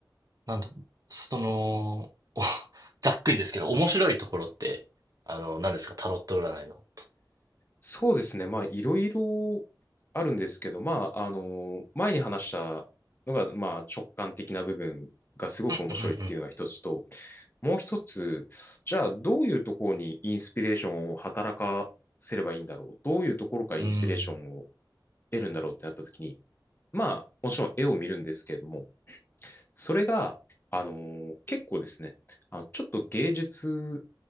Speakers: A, on the right; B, on the left.
A: なんだ、その、お <laughs> ざっくりですけど、面白いところって、あの、何ですか、タロット占いの。
B: そうですね。まあ、いろいろあるんですけど、まあ、あの、前に話したのが、まあ、直感的な部分がすごく面白いっていうのが一つと、
A: うんうん
B: もう一つ、じゃあ、どういうところにインスピレーションを働かせればいいんだろう。どういうところからインスピレーションを
A: うん。うん。
B: 得るんだろうってなった時に、まあ、もちろん絵を見るんですけれども、それが、あの、結構ですね、あ、ちょっと芸術